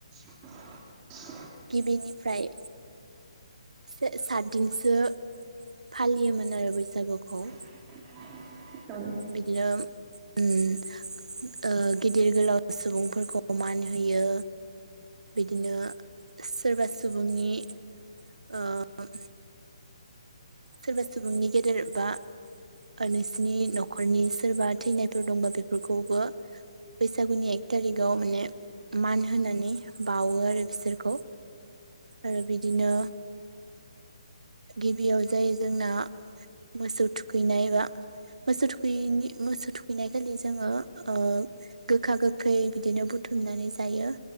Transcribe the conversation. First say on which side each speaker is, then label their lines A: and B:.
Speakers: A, on the right; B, on the right.
A: <inaudible>
B: गिबिनिफ्राय सो सातदिनसो फालियोमोन आरो बैसागुखौ
A: <inaudible> औ
B: बिदिनो उम ओ गिदिर गोलाव सुबुंफोरखौ अमान होयो बिदिनो सोरबा सुबुंनि ओम सोरबा सुबुंनि गेदेर बा नोंसिनि न'खरनि सोरबा थैनायफोर दंबा बेफोरखौबो बैसागुनि एक तारिकाव माने मान होनानै बावो आरो बिसोरखौ आरो बिदिनो गिबियाव जायो जोंना मोसौ थुखैनाय बा मोसौ थुखैैयिनि मोसौ थुखैनाय खालि जोङो ओ गोखा गोखै बिदिनो बुथुमनानै जायो